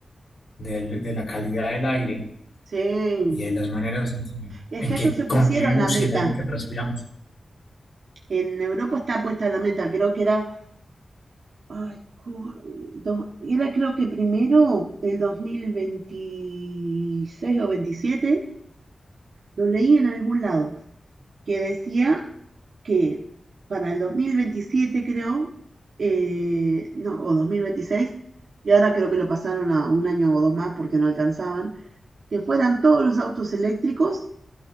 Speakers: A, on the left; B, on the right.
A: del- de la calidad del aire
B: Sí,
A: y de las maneras en que,
B: es
A: en
B: que
A: que
B: ellos se pusieron
A: convivimos
B: la meta.
A: y el aire que respiramos.
B: En Europa está puesta la meta, creo que era Ay, co- eh, dos- era creo que primero el 2026 o 27, lo leí en algún lado, que decía que para el 2027 creo, eh, no, o 2026, y ahora creo que lo pasaron a un año o dos más porque no alcanzaban, que fueran todos los autos eléctricos